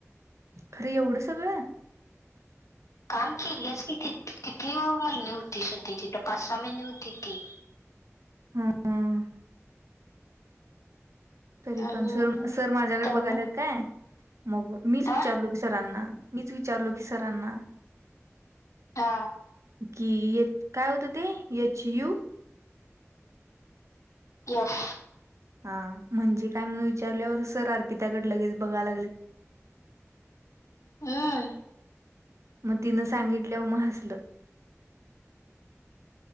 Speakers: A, on the right (about 70°); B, on the left (about 80°).
A: खर एवढं सगळं
B: काम केलेच कितीि किती महिने होते सध्या तिथ पाच सहा महिने होती ती
A: हं तरी
B: आणि
A: पण सर सर माझ्याकडे
B: त्यामुळे
A: बघायलात काय मग मीच
B: हा
A: विचारलो की सरांना मीच विचारलो की सरांना
B: हा
A: की ये काय होतं ते यच यू
B: येस
A: हा म्हणजे काय म्हणून विचारल्यावर सर अर्पिताकड लगेच बघाय लागलं
B: हम्
A: मग तिनं सांगितल्या व म हसलं